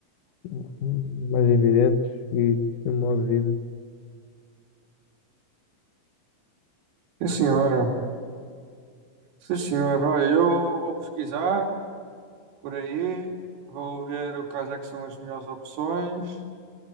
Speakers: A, on the left; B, on the right.
A: hum, mais evidentes e, e o modo de vida.
B: Sim, senhora. Sim, senhora. Olha, eu vou pesquisar por aí, vou ver o quais é que são as melhores opções